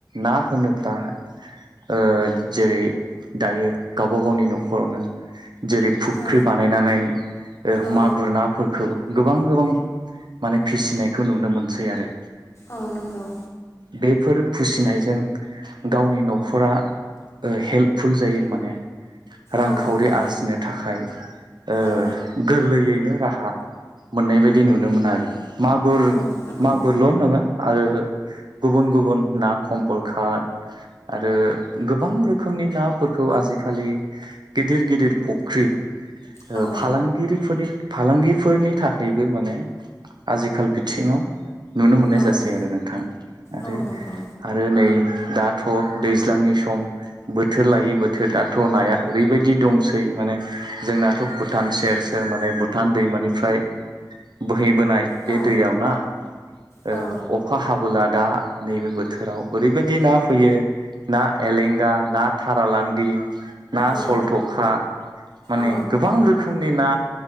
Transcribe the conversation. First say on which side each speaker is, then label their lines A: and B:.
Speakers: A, on the right; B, on the left.
A: ना होनोब्ला ओ जेरै दायो गावबा गावनि न'खरावनो जेरै फुख्रि
B: औ
A: बानायनानै
B: औ
A: मागुर ओ नाफोरखौ गोबां गोबां माने फिसिनायखौ नुनो मोनसै आरो।
B: औ नंगौ।
A: बेफोर फिसिनायजों गावनि न'खरा ओ हेल्प फुल जायो माने। रांखावरि
B: औ नंगौ
A: आरजिनो थाखाय ओ
B: औ
A: गोरलैयैनो राहा मोननाय बायदि नुनो मोनो आरो। मागुर
B: औ नंगौ
A: मागुरल' नङा आरो गुबुन गुबुन ना कमलखात आरो गोबां रोखोमनि ना फोरखौ आजिखालि गिदिर गिदिर फख्रि ओ
B: औ
A: फालांगिरिफोरनि फालांगिफोरनि थाखायबो माने आजिखाल बिथिङाव नुनो मोननाय
B: औ
A: जासै आरो नोंथां। आरो
B: औ नंगौ
A: आरो नै दाथ' दैज्लांनि सम बो थोर लायो बोथोर दाथ' नाया ओरैबायदि दंसै। माने जोंनाथ' भुटान सेर सेर माने भुटान दैमानिफ्राय बोहै बोनाय बे
B: औ
A: दैयाव ना
B: औ
A: ओ अखा हाबोला दा नैबे बोथोराव ओरैबायदि ना फैयो। ना एलेंगा ना थारालान्दि ना
B: औ
A: सलथ'खा माने
B: औ
A: गोबां रो खोमनि ना